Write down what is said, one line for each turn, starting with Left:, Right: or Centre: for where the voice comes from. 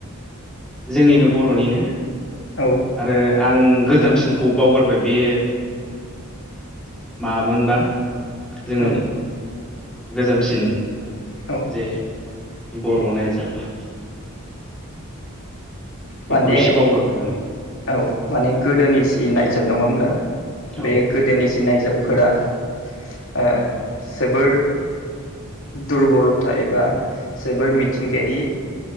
Centre: जोंनिनो बर'निनो
Left: औ।
Centre: आरो आं गोजामसिनखौ बावगारबाय बे माबामोनबा जोंनि
Left: औ
Centre: गोजामसिन
Left: औ।
Centre: जे बर' नायजाब
Left: माने
Centre: बेखौ एसे बावगारबाय आङो
Left: औ माने गोदोनि सि नायसाब नङा होनोमब्ला
Centre: औ
Left: बे गोदोनि जि नायजाबफोरा ओ जोबोर दुरबलथा एबा जोबोर मिथिंगायारि